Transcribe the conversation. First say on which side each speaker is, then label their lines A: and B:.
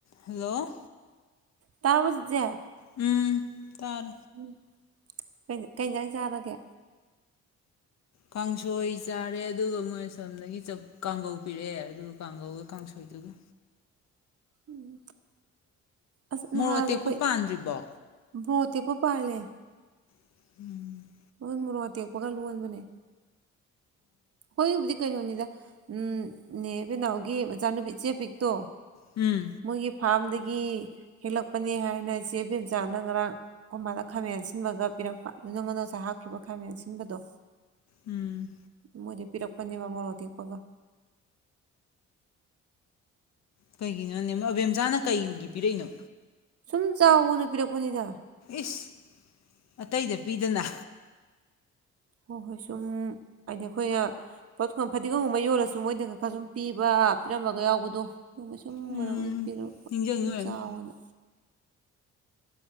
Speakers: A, on the left; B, on the right.
A: hello
B: ꯇꯥꯕꯔꯣ ꯆꯤꯆꯦ
A: ꯎꯝ ꯇꯥꯔꯦ
B: ꯎꯝ ꯀꯩ ꯀꯩꯖꯥꯡ ꯆꯔꯒꯦ
A: ꯀꯥꯡꯁꯣꯏ ꯆꯥꯔꯦ ꯑꯗꯨꯒ ꯃꯣꯏ ꯑ ꯁꯣꯝꯗꯒꯤ ꯀꯥꯡꯒꯧ ꯄꯤꯔꯛꯑꯦ ꯑꯗꯨꯒ ꯀꯥꯡꯒꯧꯒ ꯀꯥꯡꯁꯣꯏꯗꯨꯒ
B: ꯎꯝ ꯑꯁ ꯅꯍꯥꯗꯣ
A: ꯃꯣꯔꯣꯛ ꯑꯇꯦꯛꯄ
B: ꯑꯩꯈꯣꯏ
A: ꯄꯥꯟꯗ꯭ꯔꯤꯕꯣ
B: ꯕꯣꯠ ꯇꯦꯛꯄ ꯄꯥꯂꯦ
A: <inaudible>
B: ꯎ ꯃꯣꯔꯣꯛ ꯑꯇꯦꯛꯄꯒ ꯂꯣꯟꯕꯅꯦ ꯍꯣꯏꯕꯨꯗꯤ ꯀꯩꯅꯣꯅꯤꯗ ꯎꯝ ꯅꯦ ꯕꯦꯅꯥꯎꯒꯤ ꯃꯆꯥꯅꯨꯄꯤ ꯏꯆꯦ ꯄꯤꯛꯇꯣ
A: ꯎꯝ
B: ꯃꯣꯏꯒꯤ ꯐꯥꯝꯗꯒꯤ ꯒꯤ ꯍꯦꯜꯂꯛꯄꯅꯦ ꯍꯥꯏꯅ ꯏꯆꯦ ꯕꯦꯝꯆꯥꯅ ꯉꯔꯥꯡ ꯀꯣꯃꯥꯗ ꯈꯥꯃꯦꯟ ꯁꯤꯟꯕꯒ ꯄꯤꯔꯛꯄ ꯅꯪꯉꯣꯟꯗ ꯅꯉꯁꯥꯏ ꯍꯥꯞꯈꯤꯕ ꯈꯥꯃꯦꯟ ꯑꯁꯤꯟꯕꯗꯣ
A: ꯎꯝ
B: ꯃꯣꯏꯗꯩ ꯄꯤꯔꯛꯄꯅꯦ ꯕ ꯃꯣꯔꯣꯛ ꯑꯇꯦꯛꯄꯒ
A: ꯀꯩꯒꯤꯅꯣꯅꯦ ꯑꯕꯦꯝꯆꯥꯅ ꯀꯩꯒꯤ ꯄꯤꯔꯛꯏꯅꯣ
B: ꯁꯨꯝ ꯆꯥꯋꯣꯅ ꯄꯤꯔꯛꯄꯅꯤꯗ
A: ꯏꯁ ꯑꯇꯩꯗ ꯄꯤꯗꯅ
B: ꯍꯣꯏ ꯍꯣꯏ ꯁꯨꯝ ꯍꯥꯏꯗꯤ ꯑꯩꯈꯣꯏꯅ ꯄꯣꯠ ꯐꯗꯤꯒꯣꯝꯒꯨꯝꯕ ꯌꯣꯜꯂꯁꯨ ꯃꯣꯏꯗ ꯈꯔ ꯁꯨꯝ ꯄꯤꯕ ꯄꯤꯔꯝꯕꯒ ꯌꯥꯎꯕꯗꯣ ꯑꯗꯨꯒꯨꯝ ꯁꯨꯝ
A: ꯎꯝ
B: ꯑꯣꯏꯔꯝꯒꯅꯤ ꯄꯤꯔꯛꯄ
A: ꯅꯤꯡꯖꯪꯉꯤ
B: ꯁꯨꯝ
A: ꯑꯣꯏꯔꯝꯅꯤ
B: ꯆꯥꯎꯑꯣꯅ